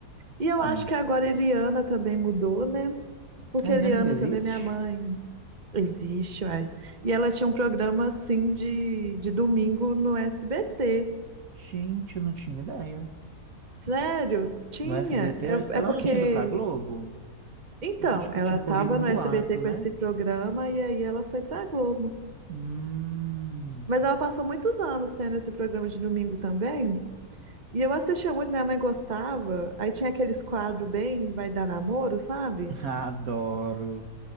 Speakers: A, on the right; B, on the right.
A: E eu
B: É.
A: acho que agora a Eliana também mudou, né? Porque
B: A Eliana
A: a Eliana
B: ainda existe?
A: também, é minha mãe, existe, uai. E ela tinha um programa, assim, de, de domingo no SBT.
B: Gente, eu não tinha ideia.
A: Sério? Tinha?
B: No SBT,
A: É,
B: ela
A: é porque...
B: não tinha ido pra Globo?
A: Então,
B: Eu acho
A: ela
B: que tinha corrido
A: tava
B: um
A: no
B: boato,
A: SBT com
B: né?
A: esse programa e aí ela foi pra Globo.
B: Hum,
A: Mas ela passou muitos anos tendo esse programa de domingo também. E eu assistia muito, minha mãe gostava. Aí tinha aqueles quadros bem Vai Dar Namoro, sabe?
B: <laughs> adoro.